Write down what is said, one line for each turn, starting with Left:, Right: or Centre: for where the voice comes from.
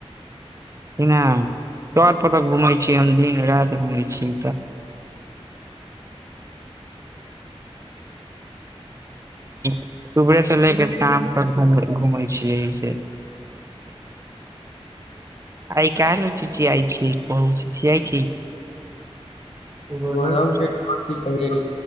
Right: कि नहि तत घूमै छी हम दिन राति घूम छी सुबहे से ले के शाम तक घूमै छियै एहिस आइ काल छै चिचिआइ छी काहे चिचिआइ
Left: छै
Right: <unintelligible> हँ हम
Left: गौरव के की कहियै